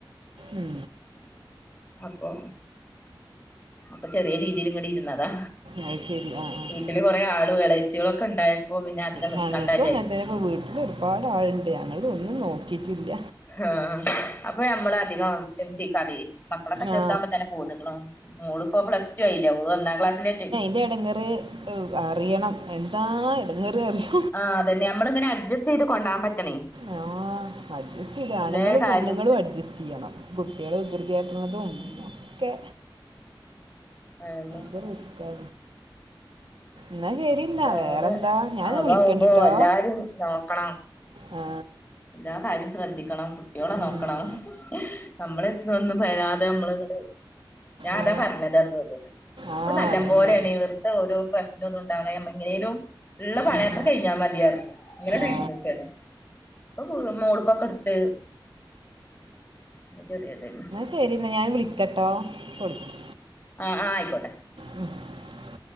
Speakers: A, on the right (about 80°); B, on the left (about 25°).
A: ഉം
B: അപ്പോ അപ്പൊ ചെറിയ രീതില് ഇങ്ങട് ഇരുന്നതാ.
A: അയ് ശെരി ആഹ് ആഹ്.
B: അതിൽ കുറെ ആളും എളച്ചികളൊക്കെ ഇണ്ടായപ്പോ പിന്നെ അധികം
A: ഞങ്ങക്കും
B: നിക്കണ്ട വിചാരിച്ച്
A: അങ്ങനെത്തന്നെ ഇപ്പം വീട്ടിൽ ഒരുപാട് ആള്ണ്ട് ഞങ്ങള് ഒന്നും നോക്കിട്ടില്ല.
B: ആ അപ്പൊ നമ്മള് അധികം ബുദ്ധിമുട്ടിക്കാതെ മക്കളൊക്കെ ചെറുതാകുമ്പോ
A: ആ
B: തന്നെ പോന്നേക്ണു. മോള് പ്പോ പ്ലസ് ടു ആയില്ലേ. ഓള് ഒന്നാം ക്ലാസ്സിലെ
A: ഇതിന്റെ ഇടങ്ങറ് അറിയണം എന്താ ഇടങ്ങേറ് അറിയൊ?
B: ആ അതന്നെ നമ്മള് ഇങ്ങനെ അഡ്ജസ്റ്റ് ചെയ്ത് കൊണ്ടാൻ പറ്റണേ.
A: ആ അഡ്ജസ്റ്റ് ചെയ്ത്
B: എല്ലാ
A: ആണുങ്ങളും
B: കാര്യവും
A: പെണ്ണുങ്ങളും അഡ്ജസ്റ്റ് ചെയ്യണം കുട്ടികൾ വികൃതി കാട്ടണതും
B: ഉം
A: ഒക്കെ
B: ആ <unintelligible>
A: ഇത് റിസ്കാ. ന്നാ ശെരി. അല്ല
B: വേറെ
A: വേറെന്താ ഞാന്
B: അതാവുമ്പോ
A: വിളിക്കണ്ട്ട്ടോ?
B: എല്ലാരും നോക്കണം
A: ആ
B: എല്ലാ കാര്യവും ശ്രദ്ധിക്കണം കുട്ടിയോളെ
A: ഉം.
B: നോക്കണം നമ്മള് എടുത്ത് ഒന്നും പറയാതെ നമ്മള് ഇങ്ങട്, ഞാൻ
A: ആ.
B: അതാ പറഞ്ഞതന്ന് ഒരോട്
A: ആ
B: ഇപ്പൊ നല്ല
A: അതന്നെ
B: പോലെയാണ് വെർത ഓരോ പ്രശ്നം ഒന്നുണ്ടാവണ നമ്മ എങ്ങനെലും ഉള്ള പണിയത്ര
A: ഉം.
B: കഴിഞ്ഞാൽ മതിയായിരുന്നു. ഇങ്ങനെ വീട്ട്
A: ആ.
B: നിക്കാണ് ഇപ്പൊ ഫുള്ളും മോളക്കൊക്കെ എടുത്ത് ചെറിയതാനു
A: ശരിന്നാ ഞാൻ വിളിക്കട്ടോ ഇപ്പോ വിളിക്കാം.
B: ആ ആ ആയിക്കോട്ടെ.
A: മം <unintelligible>